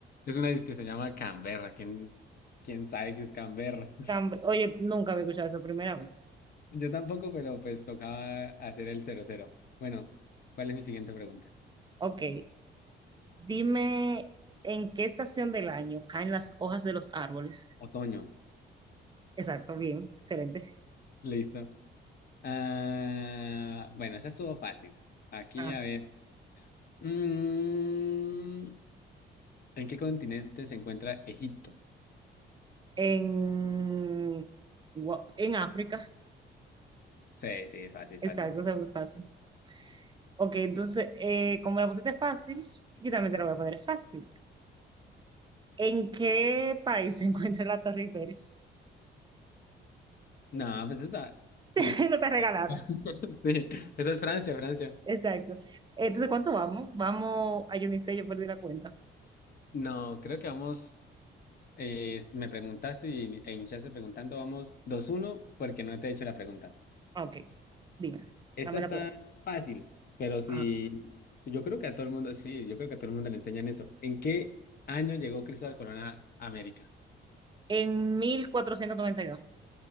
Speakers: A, on the left (about 50°); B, on the right (about 25°).
A: Es una disque que se llama Canberra. ¿Quién, quién sabe qué es Canberra?
B: Camb- Oye, nunca había escuchado eso, primera vez.
A: Yo tampoco, pero pues tocaba hacer el cero cero Bueno, ¿cuál es mi siguiente pregunta?
B: Ok, dime en qué estación del año caen las hojas de los árboles.
A: Otoño.
B: Exacto, bien, excelente.
A: Listo. Ah, bueno, esa estuvo fácil. Aquí,
B: Ah,
A: a ver. Mm, ¿en qué continente se encuentra Egipto?
B: en, Gua- en África.
A: Sí, sí, fácil,
B: Exacto,
A: fácil.
B: eso es muy fácil. Ok, entonces, eh, como la pusiste fácil, yo también te la voy a poner fácil. ¿En qué país <laughs> se encuentra la Torre Eiffel? <laughs>
A: No, pues esta. Sí,
B: Eso
A: es-
B: está regalada.
A: <laughs> sí, esa es Francia, Francia.
B: Exacto. Entonces, ¿cuánto vamos? Vamos, a yo ni sé, yo perdí la cuenta.
A: No, creo que vamos. eh, me preguntaste y, e iniciaste preguntando, vamos dos uno porque no te he hecho la pregunta.
B: Ah, Ok, dime,
A: Esta
B: dame
A: está
B: la prueba.
A: fácil, pero si
B: Ajá.
A: yo creo que a todo el mundo, sí, yo creo que a todo el mundo le enseñan eso. ¿En qué año llegó Cristóbal Colón a América?
B: En 1492.